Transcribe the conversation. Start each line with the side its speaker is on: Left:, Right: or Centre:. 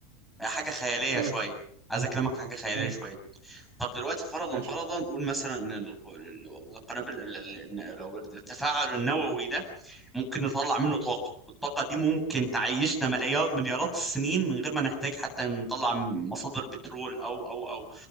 Centre: حاجة خيالية
Right: مم.
Centre: شوية عايز أكلمك في حاجة خيالية
Right: مم.
Centre: شوية طب دلوقتي فرضا
Right: ماشي
Centre: فرضا قول مثلا إن ال- ال- القنابل ال- ال- إن لو التفاعل النووي ده ممكن نطلع منه طاقة والطاقة دي ممكن تعيشنا مليار مليارات السنين من غير ما نحتاج حتى نطلع مصادر بترول أو أو أو